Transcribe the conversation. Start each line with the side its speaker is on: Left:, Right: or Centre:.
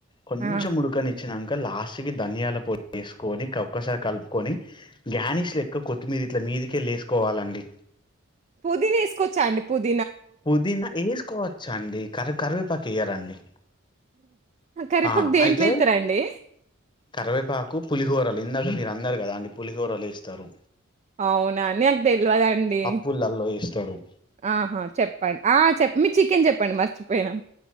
Left: కొంచెం
Right: ఆ!
Left: ముడుకని వచ్చినాక లాస్ట్ క ధన్యాల పొ వేసుకొని ఒక్కసారి కలుపుకొని గనిష్ లెక్క కొత్తిమీద ఇట్ల మీదికే లేసుకోవాలండి
Right: పుదిని వేసుకొచ్చాండి పుది
Left: పుదీనా వేసుకోవచ్చ అండి కరి కరివేపాకు వేయరడి
Right: కరివేపాకు
Left: ఆ
Right: దేంట్లో
Left: అయితే
Right: ఎత్తరండి?
Left: కరివేపాకు పులిహోరలు ఇందాక మీ అన్నారు కదా అ పులిహూరలు ఇస్తారు
Right: అవునా నాకు తెలియదండి
Left: పప్పులల్లో వేస్తారు
Right: ఆహా చెప్ చెప్పం చెప్ప మీ చికెన్ చెప్పండి మర్చిపోయినా